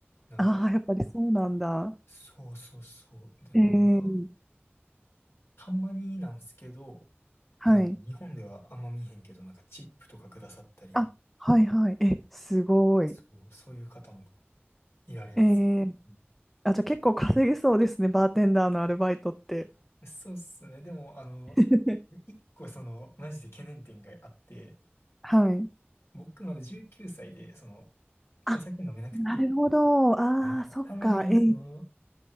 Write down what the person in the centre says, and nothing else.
ああー、やっぱりそうなんだ。
ええ
はい。
あ、はいはい。え、すごい。
ええ
あ、じゃあ結構稼げそうですね、バーテンダーのアルバイトって。
<laughs>
はい。
あ、
なるほど。ああ、
そっか。えー